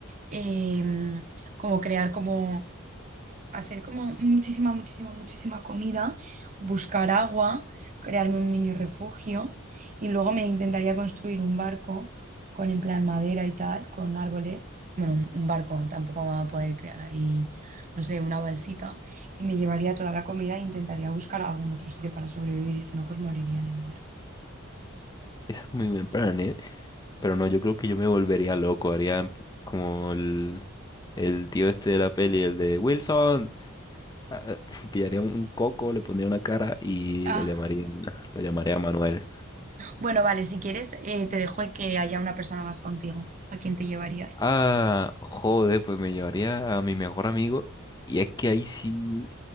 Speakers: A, on the right; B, on the left.
A: em, como crear como hacer como muchísima, muchísima, muchísima comida, buscar agua, crearme un mini refugio y luego me intentaría construir un barco con en plan madera y tal, con árboles. Bueno, un un barco, tampoco me va a poder crear ahí, no sé, una balsita. Y me llevaría toda la comida e intentaría buscar algún otro sitio para sobrevivir y si no, pues moriría en el mar.
B: Eso es muy buen plan, ¿eh? Pero no, yo creo que yo me volvería loco, haría en- como el, el tío este de la peli, el de Wilson. ah, <laughs> Pillaría un un coco, le pondría una cara y
A: Ah.
B: lo llamaría, lo llamaría Manuel.
A: Bueno, vale, si quieres, eh, te dejo que haya una persona más contigo. ¿A quién te llevarías?
B: Ah, joder, pues me llevaría a mi mejor amigo. Y es que ahí sí,